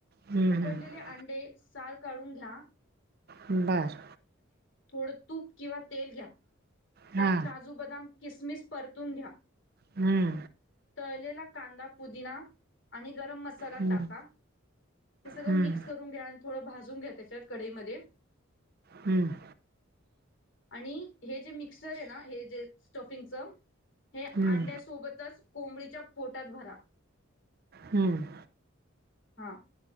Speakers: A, on the right; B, on the left.
A: हम्म
B: उकडलेले
A: हम्म
B: अंडे साल काढून घ्या.
A: बरं.
B: थोड तूप किव्हा तेल घ्या, त्यात
A: हा
B: काजू, बदाम, किसमीस परतून घ्या
A: हम्म
B: तळलेला कांदा, पुदिना आणि गरम मसाल
A: हम्म
B: टाका. हे थोड
A: हम्म
B: मिक्स करून घ्या आणि थोडं भाजून घ्या त्याच्यात कडईमध्ये
A: हम्म
B: आणि हे जे मिक्सर ये ना, हे जे स्टफिंगच हे
A: हम्म
B: अंड्यासोबतच कोंबडीच्या पोटात भरा.
A: हम्म.
B: हा